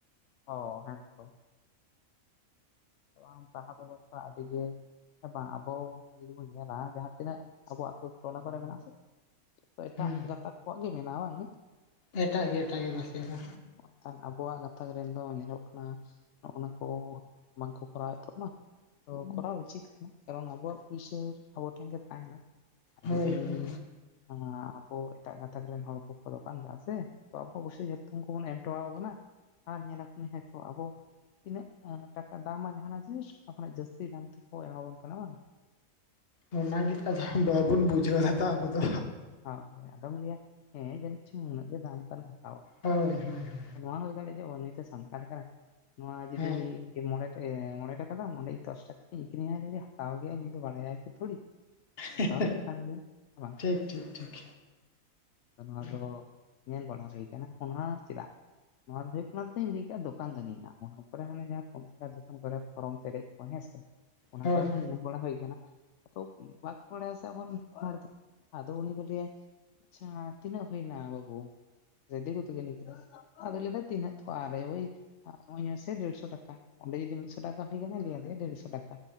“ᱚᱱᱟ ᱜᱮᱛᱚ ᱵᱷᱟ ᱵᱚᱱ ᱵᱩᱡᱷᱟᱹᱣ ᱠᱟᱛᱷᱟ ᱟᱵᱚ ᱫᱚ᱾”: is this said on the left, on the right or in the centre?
Left